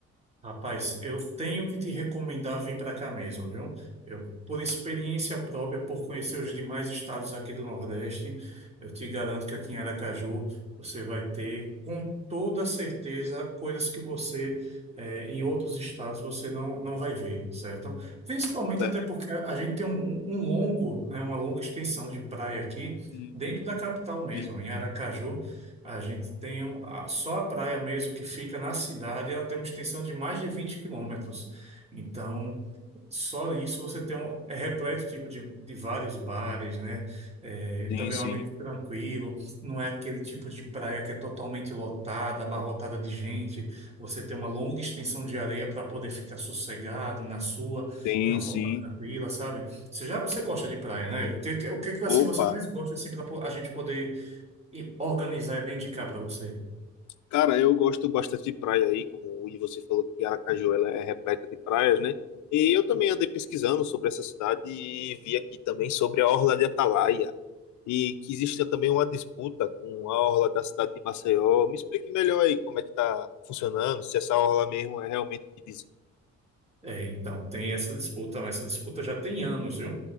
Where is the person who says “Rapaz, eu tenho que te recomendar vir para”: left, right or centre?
Right